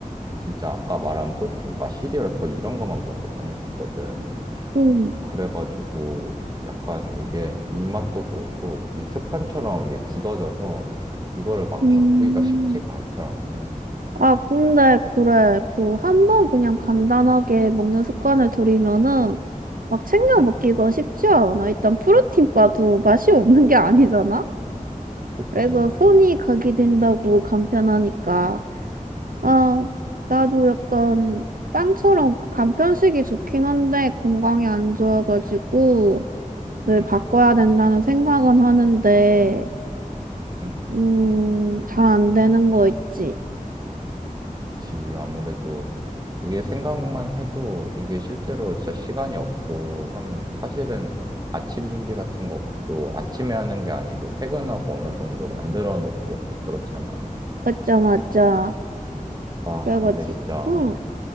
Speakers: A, on the right (about 30°); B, on the right (about 85°).
A: 진짜 아까 말한 프로틴바, 시리얼 거의 이런 거만 먹고 다녔었거든.
B: 응,
A: 그래가지고 약간 이게 입맛도 그렇고 이 습관처럼 이게 굳어져서 이거를 막
B: 음.
A: 바꾸기가 쉽지가 않더라고.
B: 아, 근데, 그래. 그, 한 번 그냥 간단하게 먹는 습관을 들이면은 막 챙겨
A: 응,
B: 먹기가 쉽지 않아. 일단 프로틴바도 맛이 없는 게 아니잖아?
A: 그치.
B: 그래서 손이 가게 된다고 간편하니까. 아,
A: 응,
B: 나도 약간 빵처럼 그 간편식이 좋긴 한데 건강에 안 좋아가지고 를
A: 응,
B: 바꿔야 된다는 생각은 하는데
A: 응,
B: 음, 잘 안 되는 거 있지.
A: 그치. 아무래도 이게 생각만 해도 이게 실제로 진짜 시간이 없고 하면 사실은 아침 준비 같은 것도 아침에 하는 게 아니고 퇴근하고 어느 정도 만들어 놓고 약간 그렇잖아.
B: 맞자, 맞자.
A: 와,
B: 그래가지고
A: 근데 진짜
B: 응.